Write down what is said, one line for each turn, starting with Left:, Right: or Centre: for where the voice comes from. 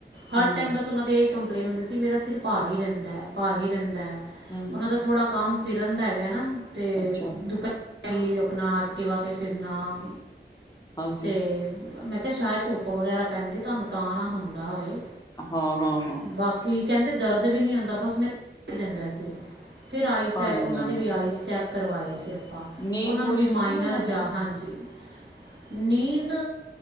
Right: ਹਰ ਟੈਮ
Left: ਹੂੰ
Right: ਬੱਸ ਉਹਨਾਂ ਦੇ ਕੰਪ ਕੰਪਲੇਨ ਹੁੰਦੀ ਸੀ ਮੇਰਾ ਸਿਰ ਭਾਰੀ ਰਹਿੰਦਾ, ਭਾਰੀ ਰਹਿੰਦਾ
Left: ਹੂੰ
Right: ਉਹਨਾ ਦਾ ਥੋੜਾ ਕੰਮ ਫਿਰਨ ਦਾ ਹੈਗੈ ਨਾ ਤੇ
Left: ਅੱਛਾ
Right: ਦੁਪੈ <inaudible> ਅਪਨਾ ਐਕਟੀਵਾ ਤੇ ਫਿਰਨਾ,
Left: ਹਾਂਜੀ
Right: ਤੇ ਮੈਂ ਕਿਆ ਸ਼ਾਇਦ ਧੁੱਪ ਵਗੈਰਾ ਪੈਂਦੀ, ਤੁਹਾਨੂੰ ਤਾਂ ਨਾ ਹੁੰਦਾ ਹੋਏ,
Left: ਹਾਂ ਹਾਂ ਹਾਂ
Right: ਬਾਕੀ ਕਹਿੰਦੇ ਦਰਦ ਵੀ ਨੀ ਹੁੰਦਾ ਬਸ ਮੇਰਾ <inaudible> ਰਹਿੰਦਾ ਸਿਰ, ਫੇਰ ਆਈਸ
Left: ਭਾਰੀ
Right: <unintelligible> ਉਹਨਾ
Left: ਰਹਿੰਦਾ
Right: ਦੀ ਵੀ ਆਈਸ ਚੈੱਕ ਕਰਵਾਏ ਸੀ ਆਪਾ
Left: ਨੀਂਦ
Right: ਓਨਾਂ
Left: ਪੂਰੀ
Right: ਨੂੰ ਵੀ ਮਾਈਨਰ
Left: ਹੁੰਦੀ ਉਹਨਾਂ
Right: ਜਾ
Left: ਦੀ
Right: ਹਾਂਜੀ। ਨੀੰਦ